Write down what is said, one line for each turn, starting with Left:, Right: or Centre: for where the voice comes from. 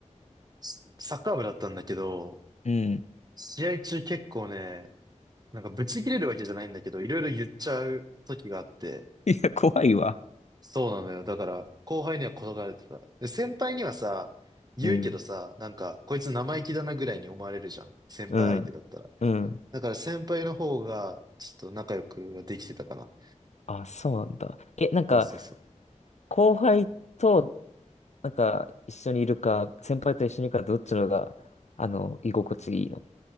Right: スサッカー部だったんだけど、
Left: うん。
Right: 試合中結構ね、なんかブチ切れるわけじゃないんだけど、いろいろ言っちゃう時があって、
Left: いや、怖いわ。
Right: そうなのよ。だから、後輩には転がれてた。で、先輩にはさ、言うけどさ、
Left: うん。
Right: なんか、こいつ生意気だなぐらいに思われるじゃん。先輩相手だったら。
Left: うん。うん。
Right: だから先輩の方が、ちょっと仲良くはできてたかな。
Left: あ、そうなんだ。え、なんか、
Right: そうそうそう。
Left: 後輩と、なんか、一緒にいるか、先輩と一緒にいるか、どっちのが、あの、居心地いいの